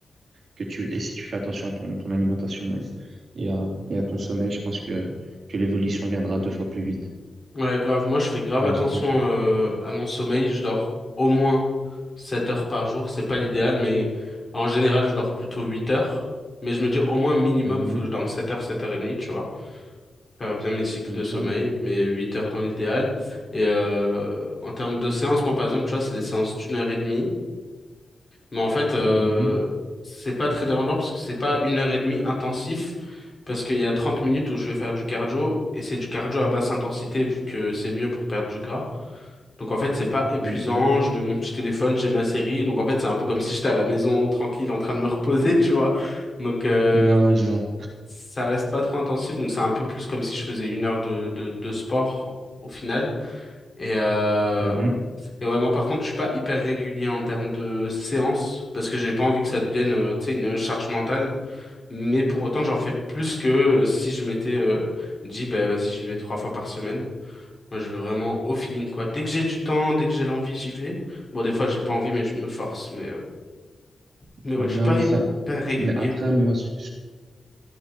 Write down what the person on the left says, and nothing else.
Ouais, grave. Moi, je fais grave
attention
euh, à mon sommeil. Je dors au moins 7 heures par jour. C'est pas l'idéal, mais en général, je dors plutôt 8 heures. Mais je me dis au moins minimum,
faut que je dorme 7 heures, 7 heures et demie, tu vois. Faire bien mes cycles
de sommeil, mais 8 heures dans l'idéal. Et euh, en termes de séances, moi, par exemple, tu vois, c'est des séances d'une heure et demie. Mais en fait, euh,
c'est pas très dérangeant parce que c'est pas une heure et demie intensif. Parce qu'il y a 30 minutes où je vais faire du cardio et c'est du cardio à basse intensité vu que c'est mieux pour perdre du gras. Donc en fait, c'est pas épuisant.
Je mets mon petit téléphone, j'ai ma série. Donc en fait, c'est un peu comme si j'étais à la maison tranquille en train de me reposer, <laughs> tu vois. Donc euh,
ça reste pas trop intensif. Donc c'est un peu plus comme si je faisais une heure de, de, de sport au final. Et, euh...
et ouais, moi par contre, je suis pas hyper régulier en termes de séances parce que j'ai pas envie que ça devienne, euh, tu sais, une charge mentale. Mais pour autant, j'en fais plus que euh, si je m'étais euh, dit, bah vas-y, j'y vais trois fois par semaine. Moi, je veux vraiment au feeling, quoi. Dès que j'ai du temps, dès que j'ai l'envie, j'y vais. Bon, des fois, j'ai pas envie, mais je me force. Mais, euh, mais ouais,
je suis pas hyper
régulier,
mais